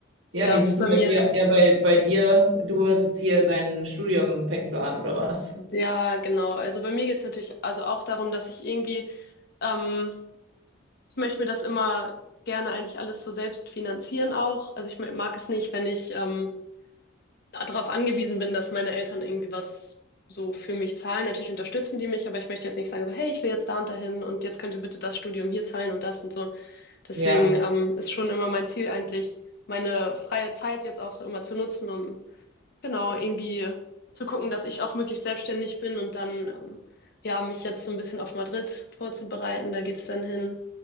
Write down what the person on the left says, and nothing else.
ja,
ist
bei
mir.
Ja, genau. Also bei mir geht's natürlich also auch darum, dass ich irgendwie, ähm, ich möchte mir das immer gerne eigentlich alles so selbst finanzieren auch. Also ich mag es nicht, wenn ich, ähm, darauf angewiesen bin, dass meine Eltern irgendwie was so für mich zahlen. Natürlich unterstützen die mich, aber ich möchte jetzt nicht sagen, so, hey, ich will jetzt da und dahin und jetzt könnt ihr bitte das Studium hier zahlen und das und so. Deswegen
ähm, ist schon immer mein Ziel eigentlich, meine freie Zeit jetzt auch so immer zu nutzen, um genau irgendwie zu gucken, dass ich auch möglichst selbstständig bin und dann ähm, ja mich jetzt so ein bisschen auf Madrid vorzubereiten. Da geht's dann hin